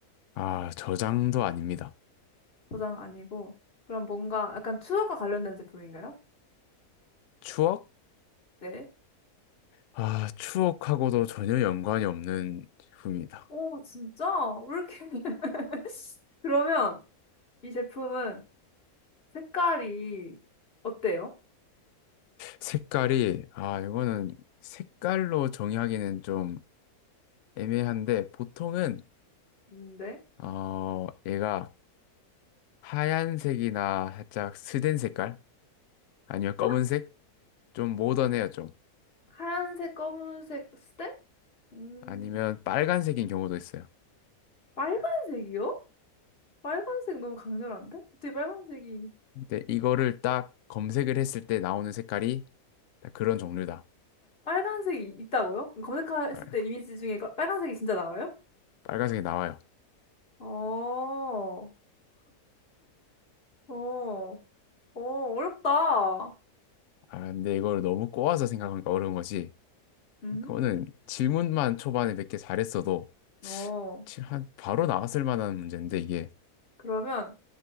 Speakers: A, on the left; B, on the left.
A: 아, 저장도 아닙니다.
B: 저장 아니고, 그럼 뭔가 약간 추억과 관련된 제품인가요?
A: 추억?
B: 네.
A: 아, 추억하고도 전혀 연관이 없는 제품입니다.
B: 오, 진짜? 왜 이렇게. <laughs> 그러면 이 제품은 색깔이 어때요?
A: 색깔이, 아, 이거는 색깔로 정의하기는 좀 애매한데, 보통은,
B: 음, 네.
A: 어, 얘가 하얀색이나 살짝 스된 색깔? 아니면 검은색?
B: 하-
A: 좀 모던해요, 좀.
B: 하얀색, 검은색, 스테? 음,
A: 아니면 빨간색인 경우도 있어요.
B: 빨간색이요? 빨간색 너무 강렬한데? 어떻게 빨간색이,
A: 근데 이거를 딱 검색을 했을 때 나오는 색깔이 딱 그런 종류다.
B: 빨간색이 있다고요? 검색했을
A: 빨-
B: 때 이미지 중에 빨간색이 진짜 나와요?
A: 빨간색이 나와요.
B: 어, 어, 어, 어렵다.
A: 아, 근데 이걸 너무 꼬아서 생각하니까 어려운 거지.
B: 음.
A: 이거는 질문만 초반에 몇 개 잘했어도
B: 어,
A: 지- 한 바로 나왔을 만한 문제인데 이게
B: 그러면